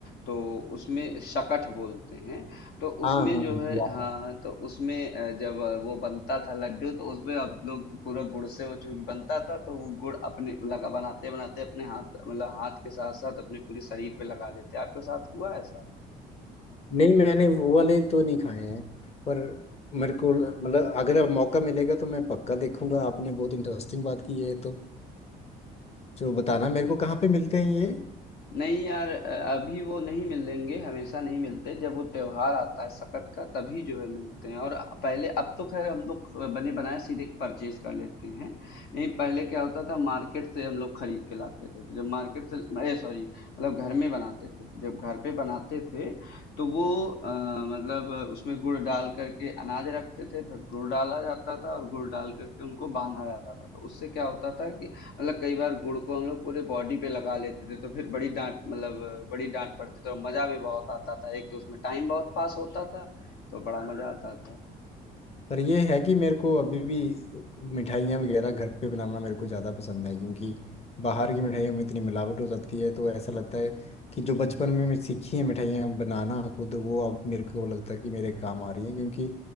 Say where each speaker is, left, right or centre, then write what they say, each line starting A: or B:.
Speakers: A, on the left (about 70°); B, on the left (about 40°).
A: तो उसमें शकट बोलते हैं तो
B: हाँ
A: उसमें
B: हाँ
A: जो
B: हाँ,
A: है
B: याद
A: हाँ
B: है।
A: हाँ, तो उसमें अ, जब अ, वो बनता था लड्डू तो उसमें हम लोग पूरा गुड़ से वो चूंकि बनता था तो वो गुड़ अपने लगा बनाते बनाते अपने हाथ मतलब हाथ के साथ साथ अपने पूरे शरीर पे लगा लेते आपके साथ हुआ ऐसा
B: नहीं मैंने वो वाले तो नहीं खाए हैं पर मेरे को मतलब अगर अब मौका मिलेगा तो मैं पक्का देखूंगा आपने बहुत इंटरेस्टिंग बात की है तो जरूर बताना मेरे को कहाँ पे मिलते हैं ये
A: नहीं यार अ, अभी वो नहीं मिलेंगे हमेशा नहीं मिलते जब वो त्योहार आता है सकत का तभी जो है मिलते हैं और पहले अब तो खैर हम लोग बने बनाए सीधे परचेज कर लेते हैं नहीं पहले क्या होता था मार्केट से हम लोग खरीद के लाते थे तो जब मार्केट से अरे सॉरी मतलब घर में बनाते थे तो जब घर पे बनाते थे तो वो अ, मतलब उसमें गुड़ डाल करके अनाज रखते थे फिर गुड़ डाला जाता था और गुड़ डाल करके उनको बांधा जाता था तो उससे क्या होता था कि मतलब कई बार गुड़ को हम लोग पूरे बॉडी पे लगा लेते थे तो फिर बड़ी डांट मतलब अ, बड़ी डांट पड़ती थी और मजा भी बहुत आता था एक तो उसमें टाइम बहुत पास होता था तो बड़ा मजा आता था
B: पर ये है कि मेरे को अभी भी मिठाइयाँ वगैरह घर पे बनाना मेरे को ज़्यादा पसंद है क्योंकि बाहर की मिठाइयों में इतनी मिलावट हो जाती है तो ऐसा लगता है कि जो बचपन में मैं सीखी है मिठाइयाँ बनाना खुद वो अब मेरे को लगता है कि मेरे काम आ रही हैं क्योंकि